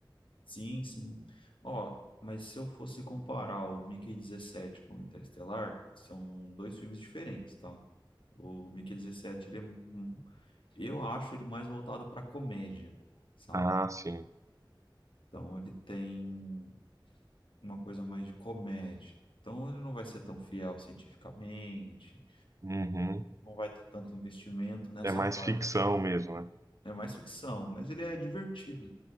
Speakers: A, on the left; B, on the right.
A: Sim, sim. Ó, mas se eu fosse comparar o Mickey 17 com o Interestelar, são dois filmes diferentes, tá? O Mickey 17, ele é, um- eu acho ele mais voltado para comédia, sabe?
B: Ah, sim.
A: Então ele tem uma coisa mais de comédia. Então ele não vai ser tão fiel cientificamente.
B: Uhum.
A: não vai ter tanto investimento nessa
B: É mais
A: parte.
B: ficção mesmo, né?
A: É mais ficção, mas ele é divertido.